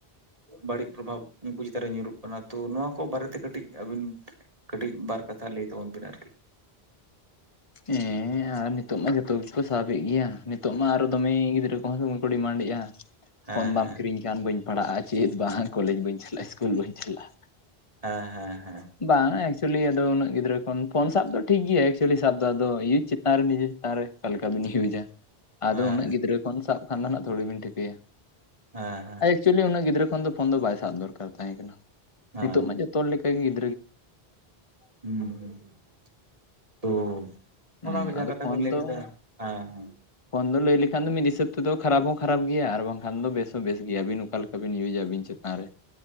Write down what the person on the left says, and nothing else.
ᱦᱮᱸ ᱟᱨ ᱱᱤᱛᱚᱜ ᱢᱟ ᱡᱚᱛᱚ ᱜᱮᱠᱚ ᱥᱟᱵᱮᱫ ᱜᱮᱭᱟ, ᱱᱤᱛᱚᱜ ᱢᱟ ᱟᱨᱚ ᱫᱚᱢᱮ ᱜᱤᱫᱽᱨᱟᱹ ᱯᱷᱳᱱ ᱫᱚᱢᱮ ᱠᱚ ᱰᱤᱢᱟᱱᱰ ᱮᱼᱟ
ᱯᱷᱳᱱ ᱵᱟᱢ ᱠᱤᱨᱤᱧ ᱜᱟᱱ ᱵᱟᱹᱧ ᱯᱟᱲᱦᱟᱜᱼᱟ ᱪᱮᱫ ᱵᱟᱝ ᱠᱚᱞᱮᱡᱽ ᱵᱟᱹᱧ ᱪᱟᱞᱟᱜᱼᱟ, ᱤᱥᱠᱩᱞ ᱵᱟᱹᱧ ᱪᱟᱞᱟᱜ᱾
ᱵᱟᱝ ᱮᱠᱪᱩᱭᱮᱞᱤ ᱟᱫᱚ ᱩᱱᱟᱹᱜ ᱜᱤᱫᱽᱨᱟᱹ ᱠᱷᱚᱱ ᱯᱷᱳᱱ ᱥᱟᱵ ᱫᱚ ᱴᱷᱤᱠ ᱜᱮᱭᱟ ᱮᱠᱪᱩᱭᱮᱞᱤ ᱥᱟᱵ ᱫᱚ ᱟᱫᱚ ᱤᱭᱟᱹ ᱪᱮᱛᱟᱱ ᱨᱮ ᱱᱤᱡᱮ ᱟᱨᱮ ᱚᱠᱟ ᱞᱮᱠᱟ ᱵᱤᱱ ᱤᱭᱩᱡᱟ, ᱟᱫᱚ
ᱩᱱᱟᱹᱜ ᱜᱤᱫᱽᱨᱟᱹ ᱠᱷᱚᱱ ᱥᱟᱵ ᱠᱷᱟᱱ ᱫᱚ ᱦᱟᱸᱜ ᱛᱷᱚᱲᱤ ᱵᱤᱱ ᱴᱷᱤᱠᱟᱹᱭᱟ᱾
ᱪᱩᱭᱞᱤ ᱩᱱᱟᱹᱜ ᱜᱤᱫᱽᱨᱟᱹ ᱠᱷᱳᱱ ᱫᱚ ᱯᱷᱳᱱ ᱫᱚ ᱵᱟᱭ ᱥᱟᱵ ᱫᱚᱨᱠᱟᱨ ᱛᱟᱦᱮᱸ ᱠᱟᱱᱟ,
ᱱᱤᱛᱚᱜ
ᱢᱟ ᱡᱚᱛᱚ ᱦᱚᱲ ᱞᱮᱠᱟ ᱜᱤᱫᱽ
ᱦᱩᱸ
ᱟᱫᱚ
ᱯᱷᱳᱱ
ᱫᱚ
ᱯᱷᱳᱱ ᱫᱚ ᱞᱟᱹᱭ ᱞᱮᱠᱷᱟᱱ ᱢᱤᱫ ᱦᱤᱥᱟᱹᱵᱽ ᱛᱮᱫᱚ ᱠᱷᱟᱨᱟᱯ ᱦᱚᱸ ᱠᱷᱟᱨᱟᱯ ᱜᱮᱭᱟ ᱟᱨ ᱵᱟᱝᱠᱷᱟᱱ ᱫᱚ ᱵᱮᱥ ᱦᱚᱸ ᱵᱮᱥ ᱜᱮᱭᱟ ᱟᱹᱵᱤᱱ ᱚᱠᱟ ᱞᱮᱠᱟ ᱟᱹᱵᱤᱱ ᱤᱭᱩᱡᱟᱵᱤᱱ ᱪᱮᱛᱟᱱ ᱨᱮ᱾